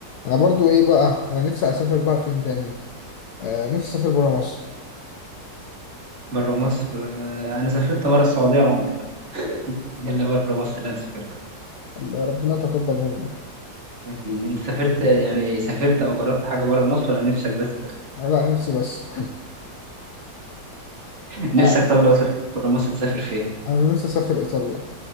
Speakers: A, on the left (about 70°); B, on the right (about 40°).
A: أنا برضو إيه بقى أنا نفسي أسافر بقى فين تاني آه نفسي أسافر برا مصر
B: بره مصر آه، انا سافرت مره السعوديه عمره ده اللي بره مصر اللي انا سافرته
A: ربنا يتقبل منا
B: يعني انت سافرت يعني سافرت او جربت حاجه بره مصر ولا نفسك بس
A: لا نفسي بس
B: نفسك
A: <laughs>
B: طب
A: آه
B: لو سافرت بره مصر تسافر فين
A: أنا نفسي أسافر إيطاليا